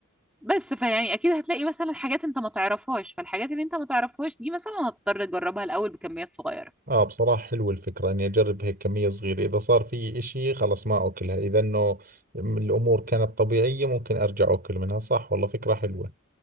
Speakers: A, in the centre; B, on the right.
A: بس فيعني اكيد هتلاقي مثلا حاجات انت ما تعرفهاش فالحاجات اللي انت ما تعرفهاش دي مثلا هتضطر تجربها الاول بكميات صغيره
B: اه بصراحة حلوة الفكرة اني اجرب هيك كمية صغيرة اذا صار في اشي خلص ما اكلها اذا انه م- الامور كانت طبيعية ممكن ارجع اكل منها صح والله فكرة حلوة